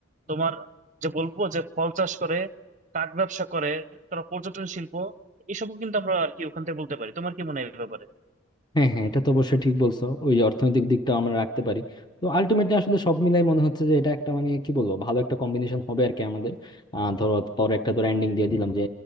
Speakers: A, on the right; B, on the left.
A: তোমার যে বলবো যে ফল চাষ করে কাঠ ব্যবসা করে তারা পর্যটন শিল্প এসবও কিন্তু আমরা আর কি ওখান থেকে বলতে পারি তোমার কি মনে হয় এই ব্যাপারে
B: হ্যাঁ হ্যাঁ এটা তো অবশ্যই ঠিক বলছো ওই অর্থনৈতিক দিকটাও আমরা রাখতে পারি তো আলটিমেটলি আসলে সব মিলাই মনে হচ্ছে যে এটা একটা মানে কি বলবো ভালো একটা কম্বিনেশন হবে আর কি আমাদের আহ ধরো পরে একটা ধরো এন্ডিং দিয়ে দিলাম যে